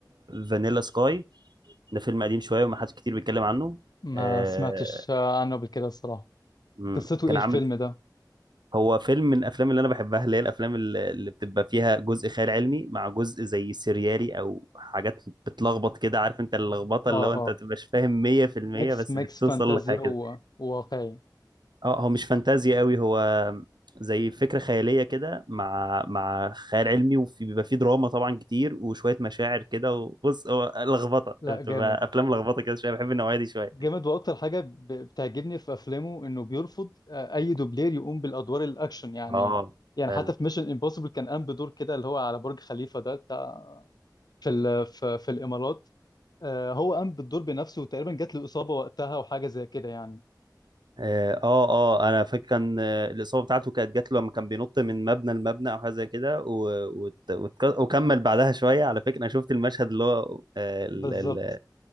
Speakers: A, on the right (about 70°); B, on the left (about 60°).
A: فانيلا سكاي ده فيلم قديم شويه وما حدش كتير بيتكلم عنه
B: ما
A: آه،
B: سمعتش آه، عنه قبل كده الصراحة
A: مم،
B: قصته
A: كان
B: ايه الفيلم
A: عامل
B: ده؟
A: هو فيلم من الافلام اللي انا بحبها اللي هي الافلام اللي اللي بتبقى فيها جزء خيال علمي مع جزء زي سيريالي او حاجات بتلخبط كده عارف انت اللخبطه
B: اه
A: اللي هو انت
B: اه
A: ما تبقاش فاهم 100%
B: ميكس
A: بس
B: ميكس
A: بتوصل
B: فانتازيا
A: لحاجه كده.
B: و- وواقعي
A: اه هو مش فانتازيا قوي هو زي فكرة خيالية كده مع مع خيال علمي وفي بيبقى فيه دراما طبعا كتير وشوية مشاعر كده وبص هو لخبطة
B: لا
A: بتبقى
B: جامد
A: أفلام لخبطة كده شوية بحب النوعية دي شوية
B: جامد واكتر حاجة ب- بتعجبني في افلامه انه بيرفض آه، اي دوبلير يقوم بالادوار الاكشن يعني
A: اه
B: يعني
A: فعلا
B: حتى في ميشن امبوسيبل كان قام بدور كده اللي هو على برج خليفة ده بتاع في ال- في في الامارات آه، هو قام بالدور بنفسه وتقريبا جات له إصابة وقتها وحاجة زي كده يعني
A: اه اه آه، انا فاكر كان آه، الاصابه بتاعته كانت جات له لما كان بينط من مبنى لمبنى او حاجه زي كده و- وت- وتك- وكمل بعدها شويه على فكره انا شفت المشهد اللي هو آه، ال-
B: بالظبط
A: ال-